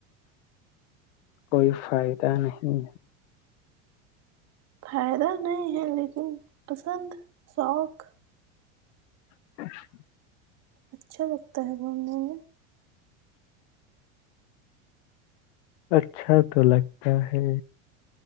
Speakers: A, on the left (about 70°); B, on the right (about 40°).
A: کوئی فائدہ نہیں
B: فائدہ نہیں ہے لیکن پسند شوق
A: <unintelligible>
B: اچھا لگتا ہے گھومنے میں
A: اچھا تو لگتا ہے